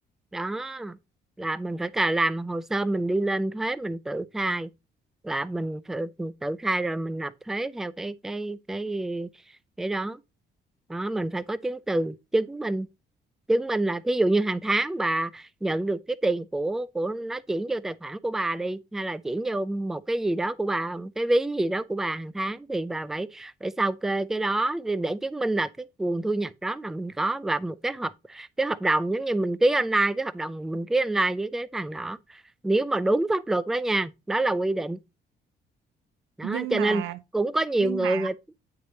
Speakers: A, in the centre; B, on the right.
A: đó là mình phải cả làm hồ sơ mình đi lên thuế mình tự khai là mình phải tự khai rồi mình nộp thuế theo cái cái cái cái đó đó mình phải có chứng từ chứng minh chứng minh là thí dụ như hàng tháng bà nhận được cái tiền của của nó chuyển vô tài khoản của bà đi hay là chuyển vô một cái gì đó của bà cái ví gì đó của bà hàng tháng thì bà phải phải sao kê cái đó để để chứng minh là cái nguồn thu nhập đó là mình có và một cái hợp cái hợp đồng giống như mình ký online cái hợp đồng mình ký online với cái thằng đó nếu mà đúng pháp luật đó nha đó là quy định đó
B: nhưng
A: cho
B: mà
A: nên cũng có nhiều
B: nhưng
A: người
B: mà
A: người